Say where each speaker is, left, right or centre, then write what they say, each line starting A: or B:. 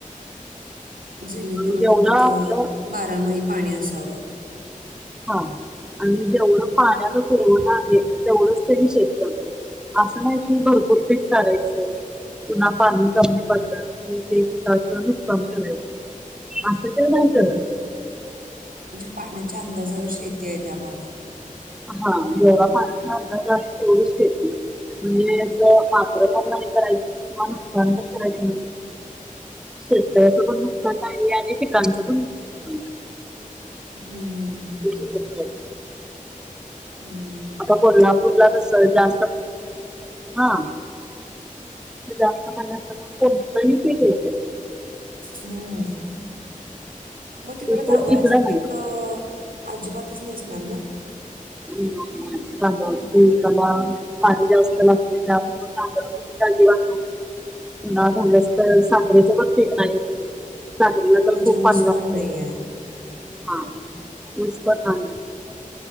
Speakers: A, on the right; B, in the centre.
A: जेणेकरूनं
B: जेवढं
A: तिथं
B: आपलं
A: बारामाही अं पाणी असावं.
B: <unintelligible> हां आणि जेवढं पाण्याचा पुरवठा आहे तेवढंचं त्यांनी शेत करत. असं नाही किं भरपूर पीक काढायचं, पुन्हा पाणी कमी पडतात. ते अचान समजवायचं करायचंय असं ते नाही करत.
A: म्हणजे पाण्याच्या अंदाजावर शेती आहे त्यां भागात.
B: हां जेवढी पाणी जास्तं फार् तेवढीच येत नाही. म्हणजे असं मात्र पण नाही, करायचं कुला नुकसानं पण करायचं म्हणजे. शेतकऱ्यांचं पण नुकसान <unintelligible> आणि पिकांचा पण नुकसान आहे.
A: हम्मं- हम्मं-हम्म- हम्म
B: लोकं
A: -हम्मं
B: आहेत.
A: हम्म्ं
B: आतां कोल्हापूरला तसं जास्तचं. हांं जास्तं पण जास्तच पिणी कोणतेत.
A: हम्म्ं <inaudible> मगं तिकडं
B: तसं
A: तांदळाचं
B: इकडं
A: पीक
B: नाही.
A: अजिबातचं नसणार नां?
B: <inaudible> हम्मं -हम्मं तांदळाच्या पिकला पाणी जास्त लागते, त्यामुळे तांदळाचं. तांदळाच्या पीक दिवस झाल्यास तर् साजरीेच पण पीकं नाही. सांगली लि तर्
A: म्हणजे
B: खूप
A: ऊस
B: पाणी
A: पण
B: लागत
A: नाही आहे
B: हां मसं पण नाही.